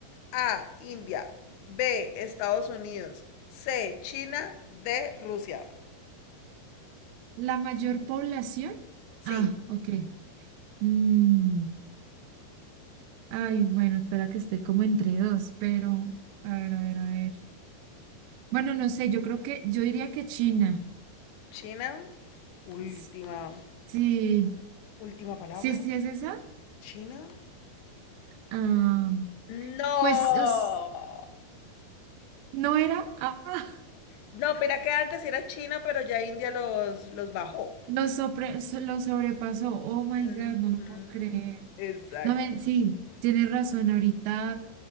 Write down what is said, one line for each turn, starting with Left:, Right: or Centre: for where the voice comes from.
Left: A. India. B. Estados Unidos. C. China. D. Rusia.
Right: La mayor población.
Left: Sí,
Right: Ah, ok. Mm, Ay, bueno, espera que estoy como entre dos, pero a ver, a ver, a ver. Bueno, no sé, yo creo que, yo diría que China.
Left: China. Última,
Right: S- Sí,
Left: última palabra.
Right: sí, sí es esa.
Left: China.
Right: Ah,
Left: No.
Right: pues es- no era. Ah, <laughs>
Left: No, pero que antes era China, pero ya India los, los bajó.
Right: lo, sobre- so- lo sobrepasó. Oh my
Left: Ujú,
Right: God, no lo puedo creer.
Left: Exacto.
Right: No, me, sí,
Left: <gasps>
Right: tienes razón. Ahorita.